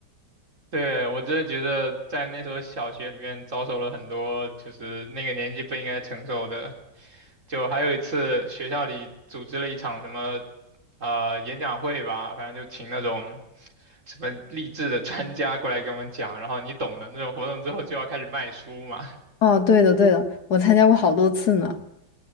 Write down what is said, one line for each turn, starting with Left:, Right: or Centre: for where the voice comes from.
Right: 对，我真的觉得在那所小学里面遭受了很多就是那个年纪不应该承受的。就还有一次学校里组织了一场什么呃演讲会吧，反正就请那种什么励志的专家过来给我们讲，然后你懂的那种活动之后就要开始卖书嘛，
Left: 哦，对的对的，我参加过好多次呢。